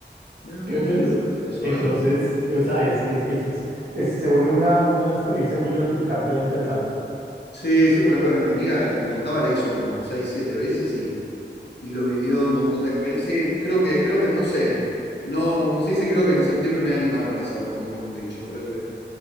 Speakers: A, on the left (about 65°); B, on the right (about 60°).
A: Mirá,
B: ¿Sí me entiendes?
A: qué bueno está eso,
B: Entonces,
A: ¿eh?
B: o sea, es, es, es, es- es- se vuelve una, una experiencia muy gratificante e interesante.
A: Sí, sí, porque bueno, mi amiga la que te contaba la hizo como seis, siete veces y y lo vivió de un montón de experiencias. Sí, creo que, creo que, no sé. No, como se dice, creo que en septiembre me voy a animar para hacerlo, como habíamos dicho. Creo que